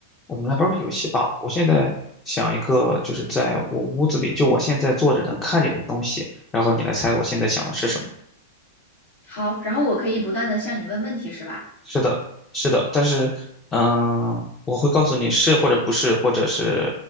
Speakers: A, on the left; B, on the left.
A: 我们来玩个游戏吧。我现在想一个，就是在我屋子里，就我现在坐着能看见的东西，然后你来猜我现在想的是什么。
B: 好，然后我可以不断的向你问问题，是吧？
A: 是的，是的，但是，嗯，我会告诉你是或者不是，或者是